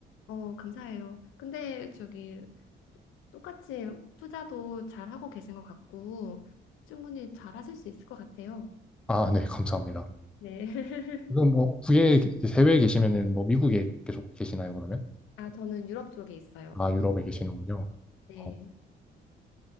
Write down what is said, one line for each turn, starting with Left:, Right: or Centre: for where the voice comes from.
Left: 어, 감사해요. 근데 저기 똑같이 투자도 잘 하고 계신 것 같고 충분히 잘 하실 수 있을 것 같아요.
Centre: 아, 네, 감사합니다.
Left: 네. <laughs>
Centre: 지금 뭐, 국외에, 해외에 계시면은 뭐 미국에 계속 계시나요, 그러면?
Left: 아, 저는 유럽 쪽에 있어요.
Centre: 아, 유럽에 계시는군요.
Left: 네.
Centre: 어,